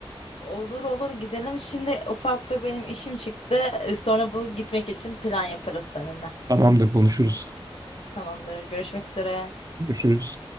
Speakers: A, on the left; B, on the right.
A: Olur olur gidelim. Şimdi ufak bir benim işim çıktı. Ee, Sonra bu gitmek için plan yaparız seninle.
B: Tamamdır konuşuruz.
A: Tamamdır. Görüşmek üzere.
B: Görüşürüz.